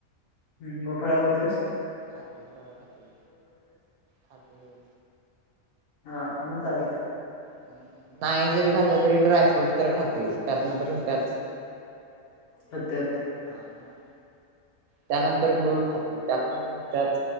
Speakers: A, on the left; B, on the right.
A: हम् म फळ खातेस.
B: खाते फळ खाते खाते रे
A: हा म चालतंय.
B: अ नाही जरी खाल्लं तरी ड्रायफ्रूट तर खाते, त्यातनं तर होत्यात.
A: होते होते
B: आं म त्यानंतर गुळ खाते त्यातनं तर त्याच